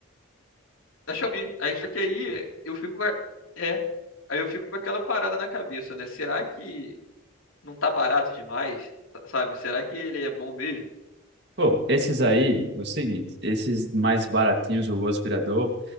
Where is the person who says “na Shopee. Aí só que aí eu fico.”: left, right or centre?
Left